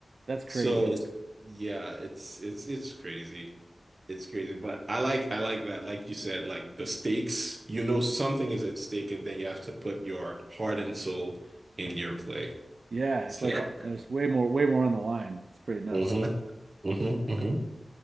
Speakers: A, on the right (about 80°); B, on the right (about 45°).
A: That's crazy.
B: So yeah, it's it's it's crazy. It's crazy, but I like I like that. Like you said, like the stakes, you know something is at stake and then you have to put your heart and soul in your play.
A: Yeah,
B: So,
A: it's like
B: Yeah.
A: uh,
B: So
A: there's way more way more on the line. It's pretty nuts.
B: mhm, mhm, mhm.